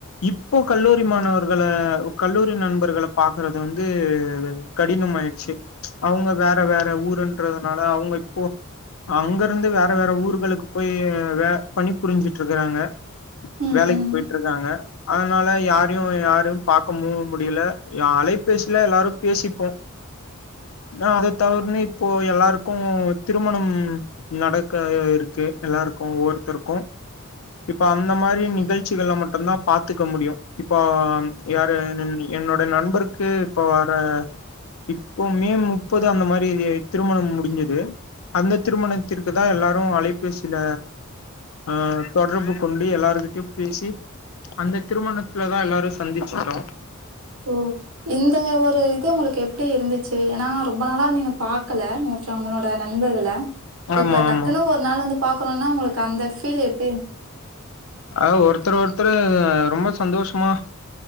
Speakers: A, on the left; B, on the right.
A: இப்போ கல்லூரி மாணவர்கள கல்லூரி நண்பர்கள பாக்குறது வந்து கடின மாயிட்ச்சு அவுங்க வேற வேற ஊருன்றதுனால அவுங்க இப்போ அங்கருந்து வேற வேற ஊர்களுக்கு போய் வே பணி புரிஞ்சுட்ருக்கறாங்க
B: ம்
A: வேலைக்கு
B: ம்
A: போயிட்ருக்காங்க அதனால யாரையு யாரு பாக்கமு முடில யா அலைபேசில எல்லாரு பேசிப்போ நா அத தவுர்னு இப்போ எல்லாருக்கு திருமணம் நடக்க இருக்கு எல்லாருக் கு ஒவ்வொர்த்தருக்கு இப்ப அந்த மாரி நிகழ்ச்சிகள்ல மட்டுந்தா பாத்துக்க முடியு இப்போ யாரு நீ என்னோட நண்பருக்கு இப்போ வர இப்போ மே முப்பது அந்த மாரி திருமணம் முடிஞ்சது அந்த திருமணத்திற்கு தா எல்லாரு அலைபேசில ஆ தொடர்பு கொண்டு எல்லாருகிட்டயு பேசி அந்த திருமணத்துல தா எல்லாரு சந்திச்சிட்டோ
B: ஓ இந்தமே ஒரு இது உங்களுக்கு எப்டிருந்துச்சு ஏன்னா ரொம்ப நாளா நீங்க பாக்கல மோஸ்ட்லி அவுங்களோட நண்பர்கள
A: ஆமா
B: இப்ப
A: ஆமா
B: டக்குன்னு ஒரு நாள் வந்து பா க்ணுனா ஒங்களுக்கு அந்த ஃபீல் எப்
A: ஆ ஒருத்தர் ஒருத்தரு ரொம்ப சந்தோஷ்மா